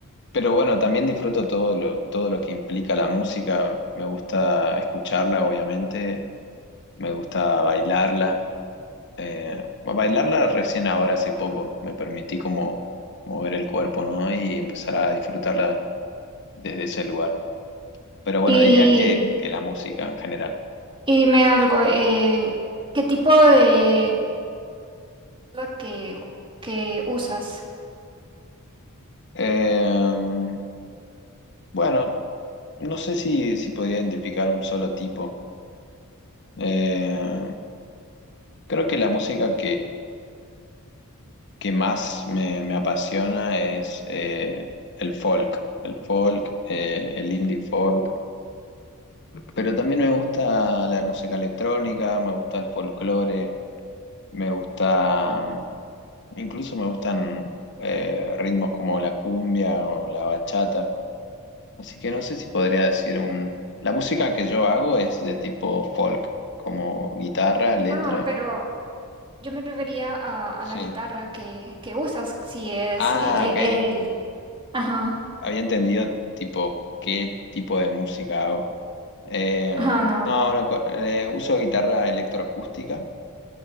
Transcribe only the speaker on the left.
Pero bueno, también disfruto todo lo, todo lo que implica la música. Me gusta escucharla, obviamente. Me gusta bailarla. Eh, bueno, bailarla recién ahora, hace poco. Me permití como mover el cuerpo, ¿no? Y empezar a disfrutarla desde ese lugar. Pero bueno,
diría que, que la música en general.
Eh, bueno, no sé si, si podría identificar un solo tipo. Eh, creo que la música que más me, me apasiona es eh, el folk, el folk, eh, el indie folk, pero también me gusta la música electrónica, me gusta el folclore, me gusta, mm, incluso me gustan eh, ritmos como la cumbia o la bachata, así que no sé si podría decir un... La música que yo hago es de tipo folk, como guitarra, letra.
Sí.
Ah,
ok.
había entendido tipo qué tipo de música hago. Eh,
no, no, co- eh, uso guitarra electroacústica,